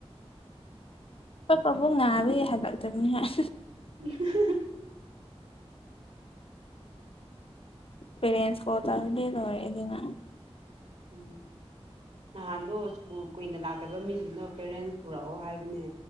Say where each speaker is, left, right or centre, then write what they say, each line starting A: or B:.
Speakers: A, on the left; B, on the right.
A: ꯑꯣꯄꯕꯨ ꯉꯥꯔ ꯍꯥꯏꯜꯂꯛꯇꯕꯅꯤ ꯍꯥꯏ
B: <unintelligible>
A: ꯄꯦꯔꯦꯟꯁ ꯀꯣ ꯇꯗꯦꯗꯦꯗꯅ
B: ꯎꯝ ꯅꯍꯥꯟꯗꯣ ꯁ꯭ꯀꯨꯜ ꯀꯨꯏꯅ ꯂꯥꯛꯇꯕ ꯃꯤꯁꯤꯡꯗꯣ ꯄꯦꯔꯦꯟꯁ ꯄꯨꯔꯛꯑꯣ ꯍꯥꯏꯕꯅꯦ